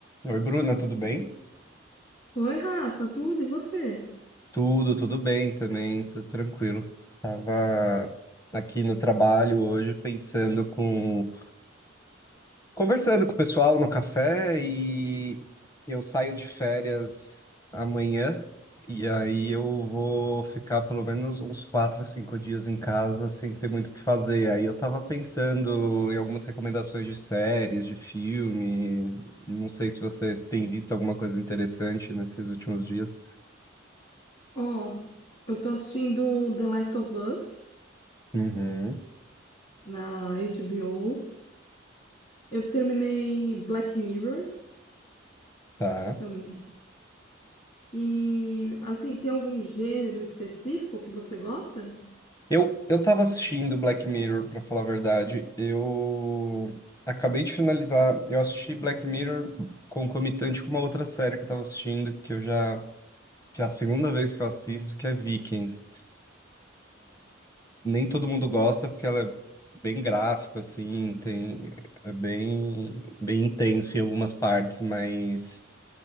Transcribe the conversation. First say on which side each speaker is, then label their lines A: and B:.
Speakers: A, on the left; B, on the left.
A: Oi, Bruna, tudo bem?
B: Oi, Rafa, tudo e você?
A: Tudo, tudo bem também, tudo tranquilo. Tava aqui no trabalho hoje pensando com, conversando com o pessoal no café e eu saio de férias amanhã e aí eu vou ficar pelo menos uns quatro a cinco dias em casa sem ter muito o que fazer. Aí eu tava pensando em algumas recomendações de séries, de filme. Não sei se você tem visto alguma coisa interessante nesses últimos dias.
B: Ó, eu tô assistindo The Last of Us
A: Uhum.
B: na HBO. Eu terminei Black Mirror
A: Tá.
B: também. E, assim, tem algum gênero específico que você gosta?
A: Eu, eu tava assistindo Black Mirror, pra falar a verdade. Eu acabei de finalizar. Eu assisti Black Mirror concomitante com uma outra série que eu tava assistindo, que eu já, que é a segunda vez que eu assisto, que é Vikings. Nem todo mundo gosta, porque ela é bem gráfica, assim, tem, é bem, bem intenso em algumas partes, mas,